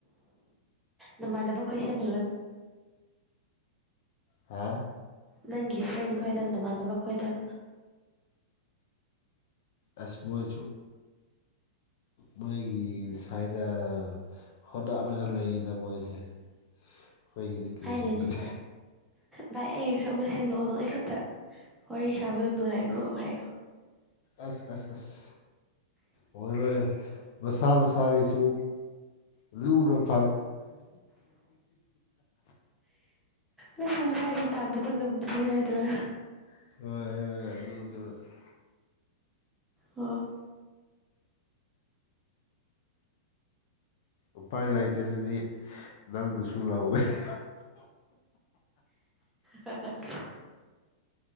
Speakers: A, in the centre; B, on the left.
A: ꯅꯃꯥꯟꯅꯕ ꯈꯣꯏꯁꯦ <inaudible>
B: ꯍꯥꯥ
A: ꯅꯪꯒꯤ ꯐ꯭ꯔꯦꯟ ꯈꯣꯏꯗ ꯅꯃꯥꯟꯅꯕ ꯈꯣꯏꯗ
B: ꯑꯁ ꯃꯣꯏꯁꯨ ꯃꯣꯏꯒꯤ ꯁꯥꯏꯗ <inaudible> ꯃꯣꯏꯁꯦ ꯑꯩꯈꯣꯏꯒꯤꯗꯤ ꯀꯔꯤꯁꯨ
A: ꯍꯥꯏꯗꯤꯅꯦ
B: ꯄꯤꯗꯦ
A: ꯚꯥꯏ ꯑꯩꯁꯨ ꯑꯃ ꯁꯦꯝꯂꯛꯑꯣ ꯅꯣꯏ ꯈꯛꯇ ꯋꯥꯔꯤ ꯁꯥꯕꯗꯣ ꯅꯨꯡꯉꯥꯏꯕ꯭ꯔꯣ ꯍꯥꯏꯌꯣ
B: ꯑꯁ- ꯑꯁ -ꯑꯁ ꯑꯣꯏꯔꯣꯏ ꯃꯁꯥ ꯃꯁꯥꯒꯤꯁꯨ ꯂꯨꯔ <inaudible>
A: ꯃꯁꯥ ꯃꯁꯥꯁꯦ ꯄꯥꯟꯗꯕ ꯉꯝꯗ꯭ꯔꯤ ꯍꯥꯏꯗ꯭ꯔꯥ
B: ꯍꯣꯏ <inaudible>
A: ꯑꯣ
B: ꯎꯄꯥꯏ ꯂꯩꯇ꯭ꯔꯗꯤ ꯅꯪꯗꯨꯁꯨ ꯂꯧꯒꯅꯤ
A: ꯍ ꯍ